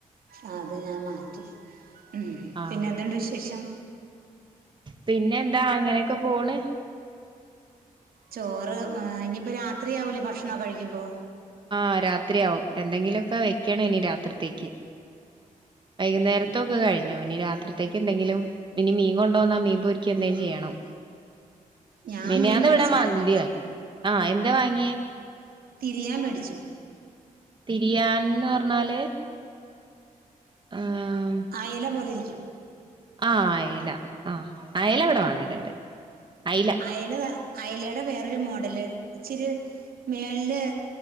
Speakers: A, on the right; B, on the right.
A: ആ അത് ഞാൻ മാറ്റി ഉം
B: ആഹ്
A: പിന്നെ എന്ത്ണ്ട് വിശേഷം
B: പിന്നെന്താ അങ്ങനെക്കെ പോണ്
A: ചോറ് ഏഹ് ഇനിയിപ്പോ രാത്രിയാവില്ലെ ഭക്ഷണോക്കെകഴിക്കുമ്പോ.
B: ആഹ് രാത്രിയാവും എന്തെങ്കിലൊക്കെ വെക്കണം ഇനി രാത്രിത്തേക്ക്. വൈകുന്നേരത്തൊക്കെ
A: ഓ
B: കഴി ഞ്ഞു ഇനി രാത്രിത്തേക്ക് എന്തെങ്കിലും ഇനി മീൻ കൊണ്ടോന്നാ മീൻ പൊരിക്കെന്തെലും ചെയണം.
A: ഞാൻ
B: മിനിയാന്ന്
A: മീൻ മേടിച്ചായിരുന്നു
B: ഇവിടെ മന്തിയാ ആ എന്താ വാങ്ങിയേ?
A: തിരിയാൻ മേടിച്ചു.
B: തിരിയാൻന്ന് പറഞ്ഞാല്? ആഹ്
A: ആയല പോലിരിക്കും.
B: ആ അയല ആ അയല ഇവിടെ വാങ്ങലുണ്ട് അയില.
A: അയല അയലയുടെ വേറൊരു മോഡല് ഇച്ചിരി മേളില്